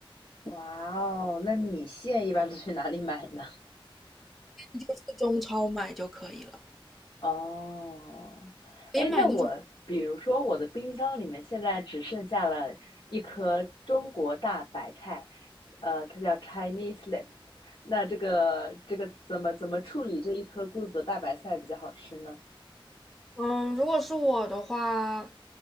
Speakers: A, on the left (about 50°); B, in the centre.
A: 哇哦，那米线一般都去哪里买呢？
B: 就是中超买就可以了，
A: <laughs> 哦，
B: 可以买那种
A: 哎，那我比如说我的冰箱里面现在只剩下了一颗中国大白菜，呃，它叫 Chinese leaf。那这个这个怎么怎么处理这一颗孤独的大白菜比较好吃呢？
B: 嗯，如果是我的话，